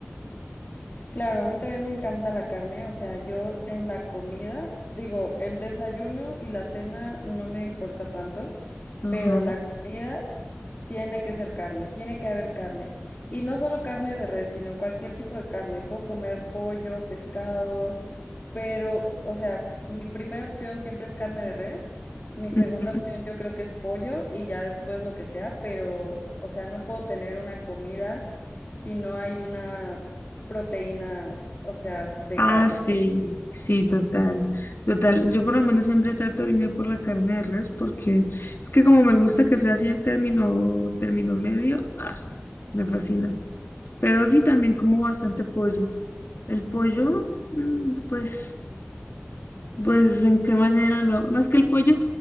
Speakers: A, on the left (about 40°); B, on the left (about 60°).
A: Claro, a mí también me encanta la carne, o sea, yo en la comida, digo, el desayuno y la cena no me importa tanto,
B: Ajá.
A: pero la comida tiene que ser carne, tiene que haber carne. Y no solo carne de res, sino cualquier tipo de carne. Puedo comer pollo, pescado, pero, o sea, mi primera opción siempre es carne de res, mi
B: Ujú.
A: segunda opción yo creo que es pollo y ya después lo que sea, pero, o sea, no puedo tener una comida si no hay una proteína, o sea, de
B: Ah,
A: carne.
B: sí, sí, total, total. Yo por lo menos siempre trato de irme por la carne de res porque es que como me gusta que sea así en término, término medio, ah, me fascina. Pero sí, también como bastante pollo. El pollo, mm, pues, pues, ¿en qué manera lo hago? No es que el pollo,